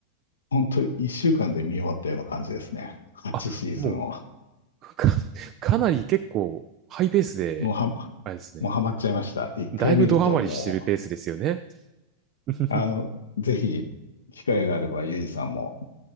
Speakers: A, on the left; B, on the right.
A: 本当1週間で見終わったような感じですね。8シーズンを。
B: あ、もう、か、<laughs> かなり結構ハイペースで、
A: もうは、
B: あれですね。
A: もうハマっちゃいました。一回見るとも
B: だいぶドハマりしてるペースですよね。<laughs>
A: う、あの、ぜひ、機会があれば、ゆうじさんも、